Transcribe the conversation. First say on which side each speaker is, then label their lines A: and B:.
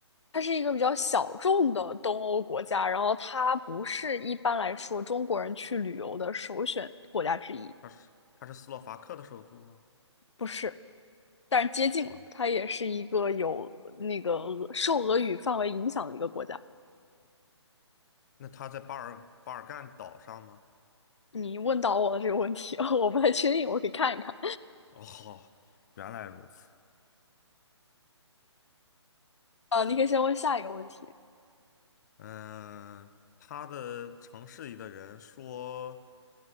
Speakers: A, on the left; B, on the left.
A: 它是一个比较小众的东欧国家，然后它不是一般来说中国人去旅游的首选国家之一，
B: 它是它是斯洛伐克的首都吗？
A: 不是，但是接近了，
B: 嗯，
A: 它也是一个有那个俄受俄语范围影响的一个国家。
B: 那它在巴尔巴尔干岛上吗？
A: 你问到我的这个问题，<laughs> 我不太确定，我可以看一看。
B: <laughs> 哦，原来如此。
A: 呃，你可以先问下一个问题。
B: 嗯，它的城市里的人说